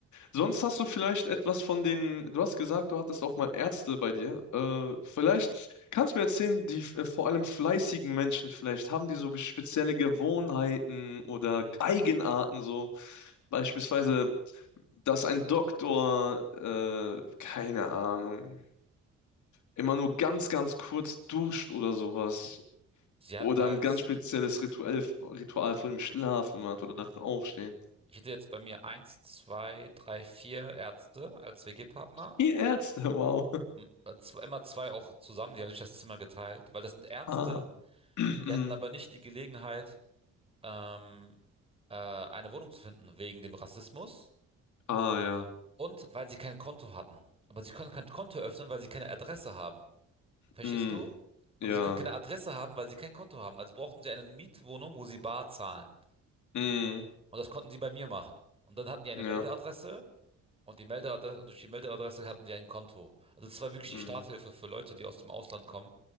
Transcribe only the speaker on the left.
Sonst hast du vielleicht etwas von den, du hast gesagt, du hattest auch mal Ärzte bei dir. Äh, vielleicht kannst du mir erzählen, die äh, vor allem fleißigen Menschen vielleicht, haben die so be- spezielle Gewohnheiten oder Eigenarten so? Beispielsweise, dass ein Doktor, äh, keine Ahnung, immer nur ganz, ganz kurz duscht oder sowas.
Oder
ein ganz spezielles Ritual, Ritual vor dem Schlafen hat oder nach dem Aufstehen.
Ihr Ärzte, wow.
<laughs> Ah. <clears throat>
Ah ja.
Mm,
ja.
Mm,
ja.
Mm,